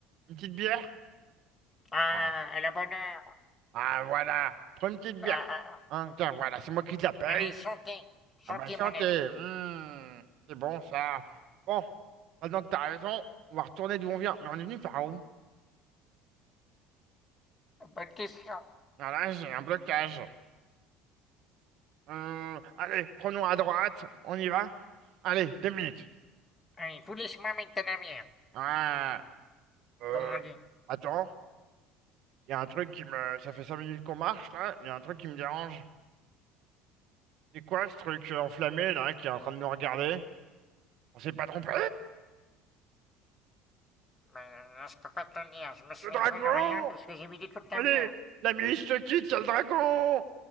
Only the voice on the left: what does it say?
Ah,
à la bonne heure.
Ah,
allez, chantez. Chantez,
mon ami.
Bonne question.
Allez, vous laisse-moi mettre ta navire,
comme on dit.
Ben, là, je peux pas te le dire. Je me souviens
plus de rien parce que j'ai vidé toute la
bière.